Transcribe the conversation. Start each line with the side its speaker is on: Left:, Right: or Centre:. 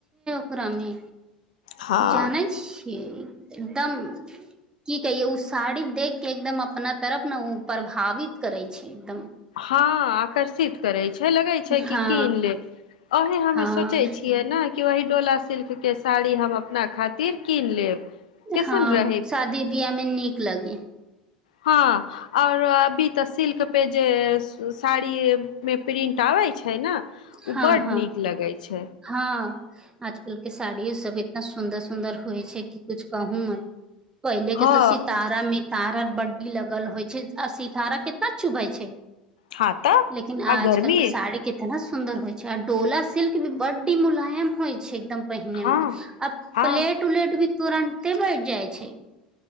Right: ओरामे।
Left: हँ
Right: जने छी। क एकदम। की कहियए ओ साड़ी देख के एकदम अपना तरफ ने ओ प्रभावित करै छै एकदम।
Left: हँ आकर्षित करै छै। छ लगे छै कि
Right: हँ
Left: कीन ले अहें हमे
Right: हँ
Left: सोचे छियै न। कि ओी डोला सिल्क के साड़ी हम अपना खातिर कीन लेब। कैसन
Right: हँ
Left: रहे
Right: शादी बीयाहमे नीक लगी।
Left: हँ आओर अभी तऽ सिल्क पे जे साड़ी मे प्रिंट आबैत छै न। ओ
Right: हँ
Left: बड
Right: हँ
Left: नीक लगे छै।
Right: हँ आजकल के साड़िय स सब इतना सुन्दर सुन्दर होइ छै कि कुछ कहू म। पहिले के
Left: हँ
Right: तो सितारा मितारा। बड्डी लगल होइ छै आ सितारा कितना चुभै छै।
Left: हँ तऽ
Right: लेकिन
Left: आ
Right: आजकलके
Left: गर्मी
Right: साड़ी केतना। सुन्दर होइ छै आ डोला सिल्क। भी बडी मुलायम होइ छै एकदम। पहिने
Left: हँ
Right: मे आब
Left: हँ
Right: प्लेट उलेट भी। तुरन्ते बैठ जाइ छै।